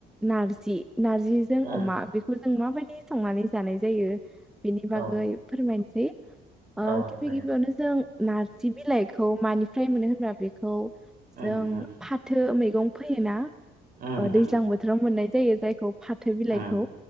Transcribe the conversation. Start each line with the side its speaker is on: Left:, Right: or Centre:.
Centre: नारजि नारजिजों
Right: उम
Centre: अमा बेखौ जों माबायदि संनानै जानाय जायो! बेनि
Right: औ
Centre: बागै फोरमायनो सै।
Right: औ
Centre: अ गिबि
Right: दे
Centre: गिबियावनो जों। नारजि बिलाइखौ मानिफ्राय मोनो होनबा बेखौ।
Right: उम
Centre: जों।
Right: उम
Centre: फाथो मैगं फैयोना।
Right: उम
Centre: अ
Right: उम
Centre: दैज्लां बोथोराव मोननाय। जायो जायखौ फाथो बिलाइखौ
Right: उम